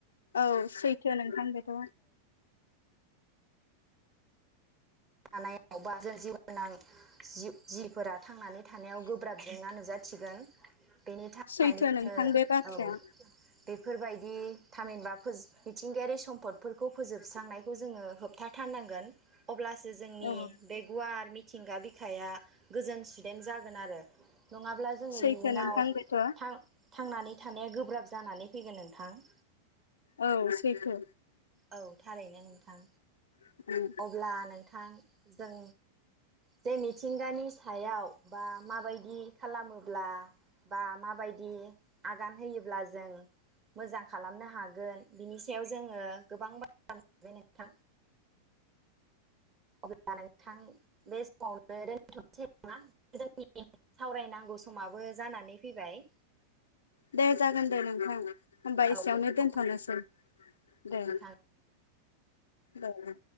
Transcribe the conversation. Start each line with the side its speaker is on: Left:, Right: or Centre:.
Left: औ सैथो नोंथां बेथ'
Right: थानायाव बा जों जिउ गोनां जि-जिफोरा थांनानै थानायाव गोब्राब जेंना नुजाथिगोन। बेनि थाखायनो
Left: सैथो
Right: जोङो
Left: नोंथां बाथ्राया
Right: औ बे बेफोरबायदि थामहिनबा फोस‌ मिथिंगायारि सम्पदफोरखौ फोजोबस्रांनायखौ जोङो होबथाथारनांगोन। अब्लासो जोंनि
Left: औ
Right: बे गुवार मि थिंगा बिखाया गोजोन सुदेम जागोन आरो। नङाब्ला जोङो
Left: सैथो
Right: इयुनाव
Left: नोंथां बेथ'
Right: थां थांनानै थानाया गोब्राब जानानै फैगोन नोंथां।
Left: औ सैथो।
Right: औ थारैनो नोंथां।
Left: उम
Right: अब्ला नों थां जों जे मिथिंगानि सायाव बा माबायदि खालामोब्ला बा माबायदि आगान होयोब्ला जों मोजां खालामनो हागोन बिनि सायाव जोङो गोबां <unintelligible> नोंथां। <unintelligible> थां बे समावनो दोनथ'नोसै नामा जोंनि सावरायनांगौ समाबो जानानै फैबाय
Left: दे जागोन दे नोंथां। होमबा एसेयावनो
Right: औ नोंथां
Left: दोनथ'नोसै दे
Right: नोंथां
Left: दे